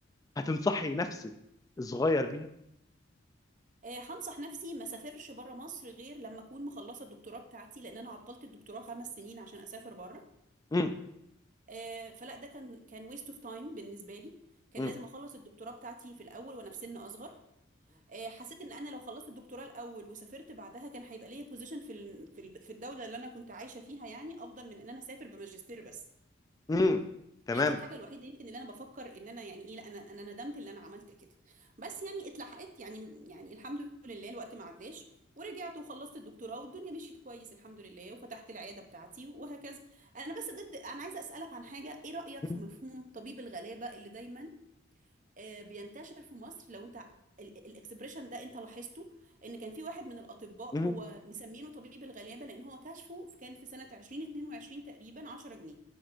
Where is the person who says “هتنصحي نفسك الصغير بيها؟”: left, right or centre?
Left